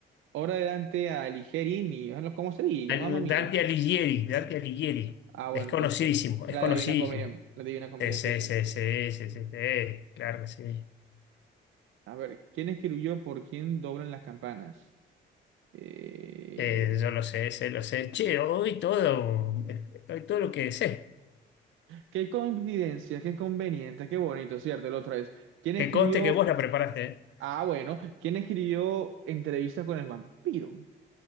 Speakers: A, on the right; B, on the left.
A: Ahora adelante a Ligerini, ¿cómo se diga?
B: Al-
A: Mamma mía.
B: Dante Alighieri, Dante Alighieri.
A: Ah, bueno,
B: Es conocidísimo,
A: entonces, la
B: es conocidísimo.
A: de Divina Comedia, la de Divina Comedia
B: Sí, sí,
A: sí sé.
B: sí, sí, sí, sí, sí, claro que sí.
A: A ver, ¿quién escribió por quién doblan las campanas? Eh,
B: Eh, yo lo sé, sé, lo sé. Che, hoy todo, hoy todo lo que sé.
A: qué coincidencia, qué conveniente, qué bonito, ¿cierto? El otro es, ¿quién escribió?
B: Que conste que vos la preparaste, ¿eh?
A: Ah, bueno, ¿quién escribió Entrevista con el vampiro?